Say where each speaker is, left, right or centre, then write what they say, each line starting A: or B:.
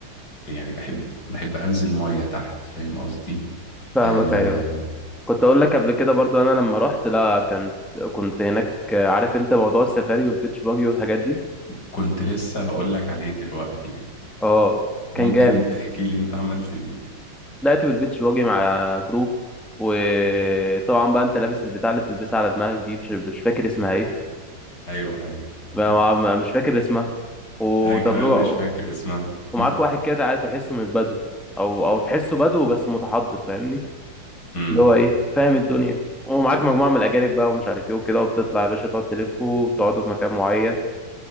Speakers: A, on the left; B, in the centre.
A: يعني بحب بحب أنزل مية تحت فاهم قصدي
B: فاهمك
A: آه
B: ايوه كنت اقول لك قبل كده برضو انا لما رحت لا كنت كنت هناك عارف انت موضوع السفاري والبيتش باجي والحاجات دي
A: كنت لسه هقول لك عليه دلوقتي يعني
B: اه
A: ممكن
B: كان جامد
A: تحكي لي أنت عملت إيه
B: طلعت بالبيتش باجي مع جروب وطبعا بقى انت لابس البتاع اللي بتلبسها على دماغك دي مش مش فاكر اسمها ايه
A: أيوه أيوه <laughs>
B: ما-
A: م.
B: ما- مش فاكر اسمها وتجربة
A: أنا كمان مش فاكر اسمها
B: ومعاك
A: <laughs>
B: واحد كده تحسه من بدو او او تحسه بدو بس متحضر فاهمني
A: م.
B: اللي هو ايه فاهم الدنيا ومعاك مجموعه من الاجانب بقى ومش عارف ايه وكده وبتطلع يا باشا تقعد تلف وتقعدوا في مكان معين